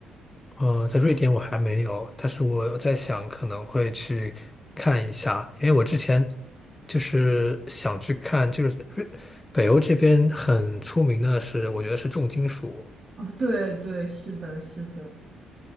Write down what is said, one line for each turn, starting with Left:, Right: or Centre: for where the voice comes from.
Left: 呃，在瑞典我还没有，但是我在想可能会去看一下，因为我之前就是想去看，就是瑞北欧这边很出名的是，我觉得是重金属，
Right: 哦，对对，是的，是的。